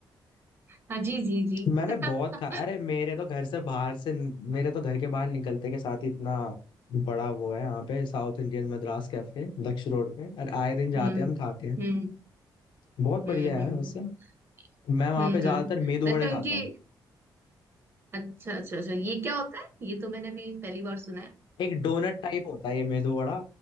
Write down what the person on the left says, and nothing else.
मैंने
बहुत खा अरे मेरे तो घर से बाहर से मेरे तो घर के बाहर निकलते के साथ ही इतना बड़ा वो है यहाँ पे south Indian Madras cafe Daksh road पे और आए दिन जाते
हैं हम खाते हैं
बहुत बढ़िया
है
वैसे मैं वहां
पे ज्यादातर
मेदू
वड़े
खाता हूँ
एक डोनट टाइप होता है ये मेदू वड़ा